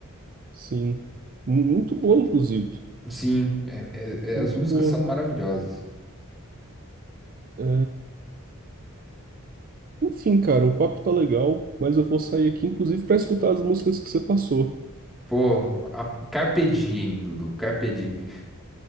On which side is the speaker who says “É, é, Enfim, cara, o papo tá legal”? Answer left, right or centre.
Right